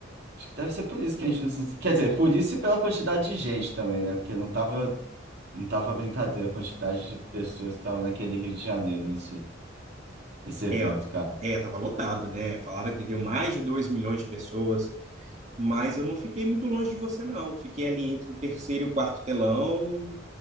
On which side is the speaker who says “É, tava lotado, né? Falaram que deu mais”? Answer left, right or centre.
Right